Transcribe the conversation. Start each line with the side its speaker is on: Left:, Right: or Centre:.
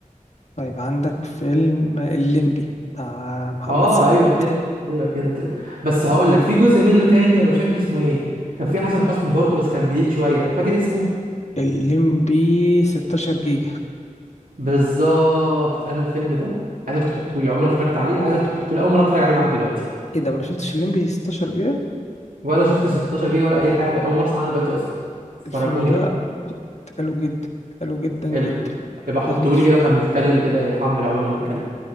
Left: طيب عندك فيلم الليمبي بتاع محمد
Right: اه
Left: سعد
Right: ايوه كده ايوه كده ت- بس هقول لك في جزء منه تاني انا مش فاكر اسمه ايه كان في حسن حسني برضو بس كان جديد شويه فاكر اسمه
Left: الليمبي 16 جيجا
Right: بالظبط انا الفيلم ده عايزك تحطه لي عمري ما اتفرجت عليه عايزك تحطه لي اول مره اتفرج عليه معاك دلوقتي
Left: ايه ده ما شفتش الليمبي 16 جيجا
Right: ولا شفت 16 جيجا ولا اي حاجه اول مره اسمع عنه دلوقتي اصلا فرجوني
Left: الفيلم ده
Right: بقى
Left: حلو جدا حلو جدا جدا
Right: حلو يبقى حطه
Left: لازم تشوفه
Right: لي كده واحنا بنتكلم كده يحمل عقبال ما نتكلم